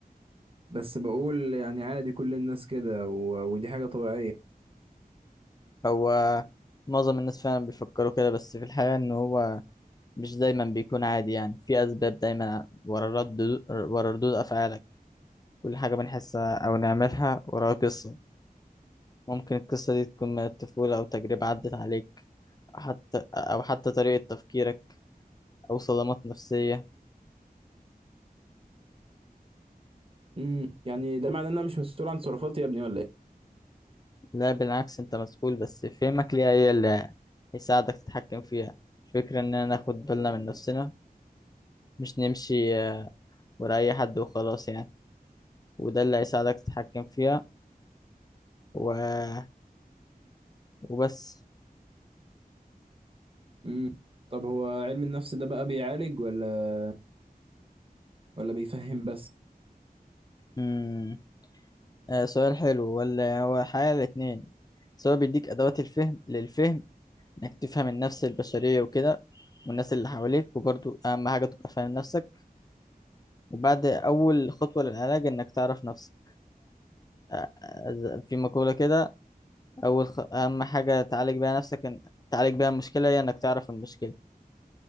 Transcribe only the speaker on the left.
هو معظم الناس فعلا بيفكروا كده بس في الحقيقة إن هو مش دايما بيكون عادي يعني في أسباب دايما ورا الرد ورا ردود أفعالك كل حاجة بنحسها أو نعملها وراها قصة ممكن القصة دي تكون من الطفولة أو تجربة عدت عليك حتى أو حتى طريقة تفكيرك أو صدمات نفسية
لا بالعكس أنت مسؤول بس فهمك ليها هي اللي هيساعدك تتحكم فيها الفكرة إننا ناخد بالنا من نفسنا مش نمشي آه، ورا أي حد وخلاص يعني وده اللي هيساعدك تتحكم فيها و... وبس
مم. آه، سؤال حلو ولا هو الحقيقة الاتنين سواء بيديك أدوات الفهم للفهم إنك تفهم النفس البشرية وكده والناس اللي حواليك وبرضو أهم حاجة تبقى فاهم نفسك وبعد أول خطوة للعلاج إنك تعرف نفسك آه، آه، في مقولة كده أول خ... أهم حاجة تعالج بيها نفسك إن... تعالج بيها المشكلة هي إنك تعرف المشكلة